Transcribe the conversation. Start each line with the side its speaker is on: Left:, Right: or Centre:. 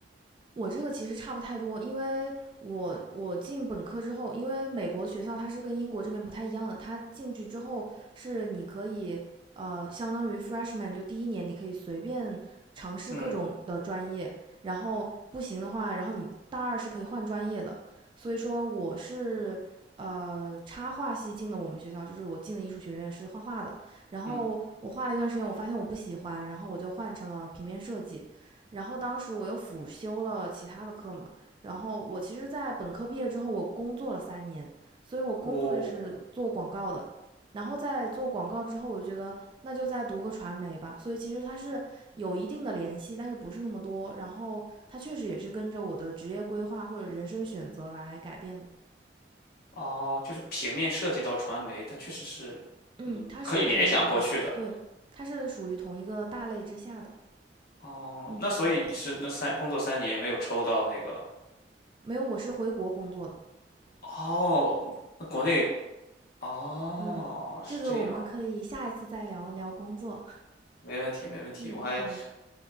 Right: 我这个其实差不太多，因为我我进本科之后，因为美国学校它是跟英国这边不太一样的，它进去之后是你可以呃，相当于 freshman 就第一年你可以随便尝试各种的专业，
Left: 嗯
Right: 然后不行的话，然后你大二是可以换专业的，所以说我是呃插画系进的我们学校，就是我进的艺术学院是画画的，然后我画了一段时间，
Left: 嗯，
Right: 我发现我不喜欢，然后我就换成了平面设计。然后当时我又辅修了其他的课嘛，然后我其实，在本科毕业之后，我工作了三年，所以我工作就是做广告的。
Left: 我
Right: 然后在做广告之后，我觉得那就再读个传媒吧。所以其实它是有一定的联系，但是不是那么多。然后它确实也是跟着我的职业规划或者人生选择来改变的。
Left: 哦，就是平面设计到传媒，它确实是，
Right: 嗯，
Left: 嗯，
Right: 它是同一个，
Left: 可以联想过去的。
Right: 对，它是属于同一个大类之下的。
Left: 哦，
Right: 嗯，
Left: 那所以你是那三工作三年没有抽到那个？
Right: 没有，我是回国工作的。
Left: 哦，那国内哦是这样，
Right: 嗯，这个我们可以下一次再聊聊工作。<laughs>
Left: 没问题没问题，
Right: 嗯，
Left: 我还
Right: 好嘞，